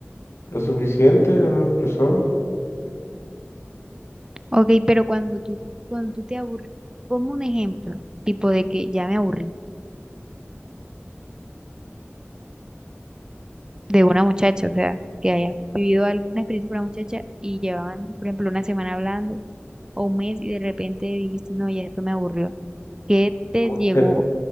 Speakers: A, on the left; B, on the right.
A: lo suficiente de las personas.
B: Ok, pero cuando tú, cuando tú te aburres, como un ejemplo, tipo de que ya me aburrí de una muchacha, o sea, que haya vivido alguna experiencia con una muchacha y llevaban, por ejemplo, una semana hablando o un mes y de repente dijiste, no, ya esto me aburrió. ¿Qué te
A: Bueno,
B: llegó,